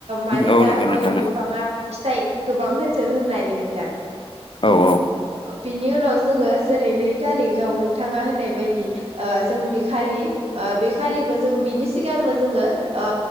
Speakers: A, on the right; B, on the left.
A: मानोना
B: औ नंगौ नोंथां
A: गय
B: नंगौ
A: बिफाङा फिथाइ गोबां हो थो होननानै नोंथां।
B: औ औ
A: बिनि उनाव जोङो जेरै नै थारिखाव नोंथाङा होननाय बायदि ओ जों बे खालि ओ बेखालिबो जों बिनि सिगांनो जोङो ओ